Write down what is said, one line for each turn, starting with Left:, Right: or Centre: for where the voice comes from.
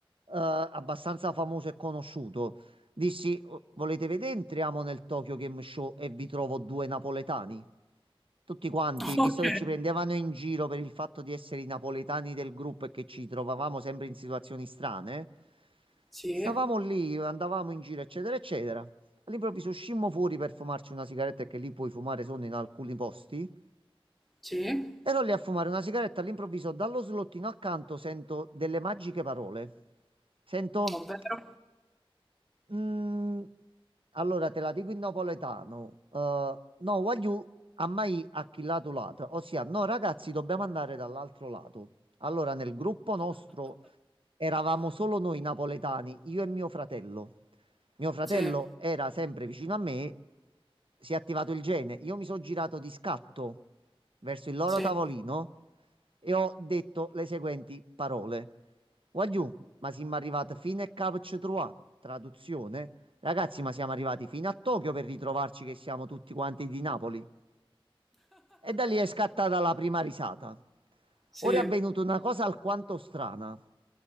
Right: abbastanza famoso e conosciuto. Dissi, "Oh, volete vedere? Entriamo nel Tokyo Game Show e vi trovo due napoletani. Tutti quanti,
Centre: Ok.
Right: visto che ci prendevano in giro per il fatto di essere i napoletani del gruppo e che ci trovavamo sempre in situazioni strane,
Centre: Sì,
Right: stavamo lì, andavamo in giro, eccetera, eccetera. All'improvviso uscimmo fuori per fumarci una sigaretta, che lì puoi fumare solo in alcuni posti.
Centre: sì,
Right: Ero lì a fumare una sigaretta, all'improvviso dallo slottino accanto sento delle magiche parole. Sento
Centre: ovvero?
Right: Mm, allora te la dico in napoletano. Eh, no, voglio a mai acchillato lato. Ossia, no, ragazzi, dobbiamo andare dall'altro lato. Allora, nel gruppo nostro eravamo solo noi napoletani, io e mio fratello. Mio fratello
Centre: Sì,
Right: era sempre vicino a me, si è attivato il gene. Io mi sono girato di scatto verso il loro
Centre: sì,
Right: tavolino e ho detto le seguenti parole. Wagyu ma siamo arrivati fino a Cap Citroa, traduzione. Ragazzi, ma siamo arrivati fino a Tokyo per ritrovarci che siamo tutti quanti di Napoli. E da lì è scattata la prima risata.
Centre: sì,
Right: Ora è avvenuta una cosa alquanto strana.